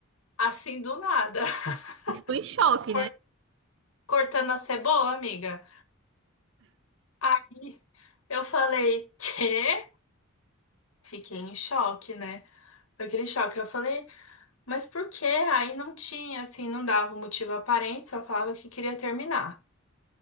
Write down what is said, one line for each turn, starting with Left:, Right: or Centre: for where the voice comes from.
Left: assim do nada, <laughs>
Right: Eu Ficou em choque,
Left: cor-
Right: né?
Left: cortando a cebola, amiga. Aí eu falei, quê? Fiquei em choque, né? Foi aquele choque. Eu falei, Mas por quê? Aí não tinha, assim, não dava um motivo aparente, só falava que queria terminar.